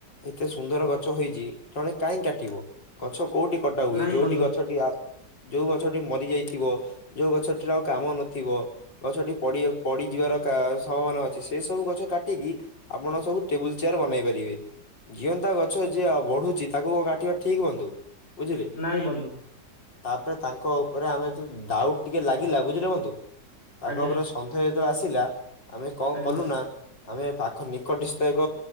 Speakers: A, on the left (about 85°); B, on the left (about 35°).
A: ଏତେ ସୁନ୍ଦର ଗଛ ହେଇଛି ଜଣେ କାହିଁ କାଟିବ ଗଛ କୋଉଠି କଟା ହୁଏ
B: ନାଇଁ
A: ଯୋଉଠି
B: ବନ୍ଧୁ
A: ଗଛଟି ଆ ଯୋଉ ଗଛଟି ମରି ଯାଇଥିବ ଯୋଉ ଗଛଟିର ଆଉ କାମ ନଥିବ ଗଛଟି ପଡି ପଡିଯିବାର ସମ୍ଭାବନା ଅଛି ସେ ସବୁ ଗଛ କାଟିକି ଆପଣ ସବୁ ଟେବୁଲ ଚେୟାର ବନେଇ ପାରିବେ। ଜିଅନ୍ତା ଗଛ ଯଏ ବଢୁଛି ତାକୁ କାଟିବା ଠିକ ବନ୍ଧୁ? ବୁଝିଲେ?
B: ନାଇଁ ବନ୍ଧୁ
A: ତାପରେ ତାଙ୍କ ଉପରେ ଆମେ ଡାଉଟ ଟିକେ ଲାଗିଲା ବୁଝିଲେ ବନ୍ଧୁ ତାଙ୍କ
B: ଆଜ୍ଞା
A: ଉପରେ ସନ୍ଧ୍ୟେ ଆସିଲା ଆମେ କଣ
B: ଆଜ୍ଞା
A: କଲୁ ନା ଆମେ ପାଖ ନିକଟସ୍ଥ ଏକ